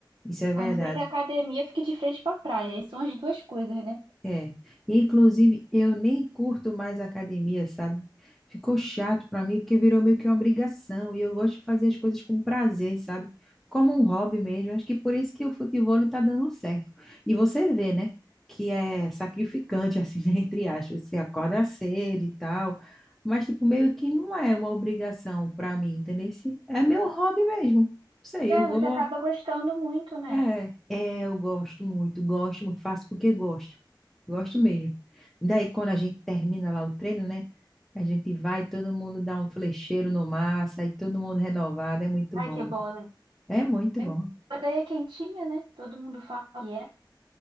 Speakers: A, in the centre; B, on the right.
A: Isso é verdade.
B: A não ser que a academia fique de frente pra praia. Aí são as duas coisas, né?
A: É, e inclusive eu nem curto mais academia, sabe? Ficou chato pra mim porque virou meio que uma obrigação e eu gosto de fazer as coisas com prazer, sabe? Como um hobby mesmo. Acho que por isso que o futebol tá dando certo. E você vê, né? Que é sacrificante, <laughs> assim, né? Entre aspas, você acorda cedo e tal, mas tipo meio que não é uma obrigação pra mim, entendeu? Se- É meu hobby mesmo. Não sei,
B: É,
A: eu vou
B: você acaba gostando muito, né?
A: é, é, eu gosto muito, gosto muito, faço porque gosto, gosto mesmo. Daí, quando a gente termina lá o treino, né? A gente vai, todo mundo dá um flecheiro no mar, sai todo mundo renovado, é muito
B: Ai,
A: bom.
B: que bom, né?
A: É muito
B: É-
A: bom.
B: A daí é quentinha, né? Todo mundo fala que é.